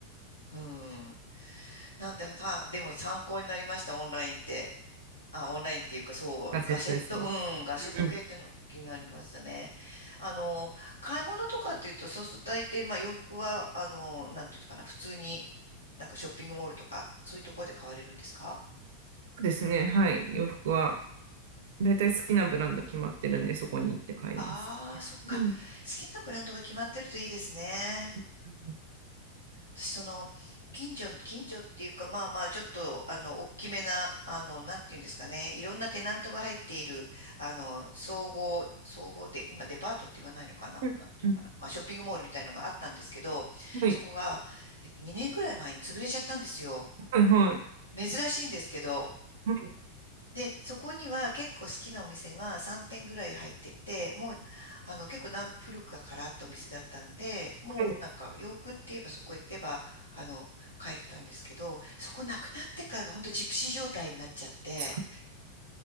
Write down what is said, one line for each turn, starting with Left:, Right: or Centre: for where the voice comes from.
Left: うん。なんで、たでも参考になりました、オンラインって。あ、オンラインっていうか、そう、
Right: ガジェットですね。
Left: ガシェット、うん、ガシェット系っていうの気になりましたね。
Right: うんうん。そ
Left: あの、買い物とかっていうと、そうすると大抵、まあ洋服は、あの、なんていうのかな、普通に、なんかショッピングモールとか、そういうところで買われるんですか
Right: うですね。はい。洋服は、だいたい好きなブランド決まってるんで、そこに行って買います。
Left: ああー、そっか。
Right: うん。
Left: 好きなブランドが決まってるといいですね。
Right: うん
Left: 私、その、近所、近所っていうか、まあまあ、ちょっと、あの、大きめな、あの、なんていうんですかね、いろんなテナントが入っている、あの、総合、総合で、今、デパートって言わないのかな、
Right: うんうん。
Left: なんていうのかな、まあ、ショッピングモールみたいのがあったんですけど、
Right: はい。
Left: そこが、えっと、2年ぐらい前に潰れちゃったんですよ。
Right: はい、はい。
Left: 珍しいんですけど、
Right: はい、
Left: で、そこには結構好きなお店が3店ぐらい入ってて、もう、あの、結構な、古くからあったお店だったんで、もうなんか洋服って言えばそこ行けば、
Right: はい。
Left: あの、買えてたんですけど、そこなくなってからが本当ジプシー状態になっちゃって、
Right: 確かに。